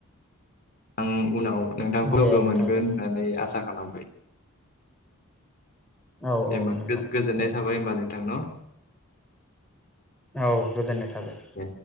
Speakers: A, on the left; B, in the centre.
A: आं उनाव नोंथांग्रौ
B: दे
A: लोगो
B: नोंथां
A: मोनगोन
B: दे
A: होननानै आसा खाला मबाय।
B: औ
A: दे
B: औ
A: होनबा
B: नोंथां
A: गो-गोजोननाय
B: दे
A: थाबाय होनबा नोंथां न'।
B: औ गोजोननाय थाबाय।
A: दे